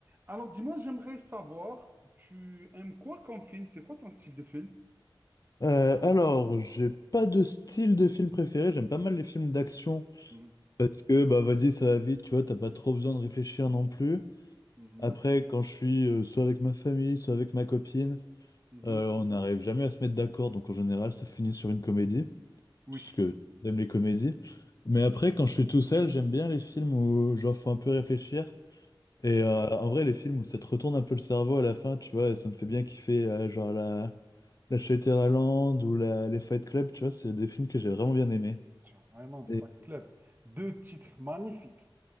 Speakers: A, on the right; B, on the left.
A: Alors, dis-moi, j'aimerais savoir, tu aimes quoi comme film? C'est quoi ton style de film?
B: Euh, alors, j'ai pas de style de film préféré, j'aime pas mal les films d'action
A: Mhm,
B: parce que bah vas-y, ça va vite, tu vois, t'as pas trop besoin de réfléchir non plus.
A: mhm,
B: Après, quand je suis euh, soit avec ma famille, soit avec ma copine,
A: mhm.
B: euh, on n'arrive jamais à se mettre d'accord, donc en général, ça finit sur une comédie,
A: Oui,
B: parce que j'aime les comédies. Mais après, quand je suis tout seul, j'aime bien les films où genre faut un peu réfléchir. Et euh, en vrai, les films où ça te retourne un peu le cerveau à la fin, tu vois, ça me fait bien kiffer, euh, genre la, la Shutter Island ou la, les Fight Club, tu vois, c'est des films que j'ai vraiment bien aimés.
A: Tiens, Island
B: Et-
A: Fight Club. Deux titres magnifiques.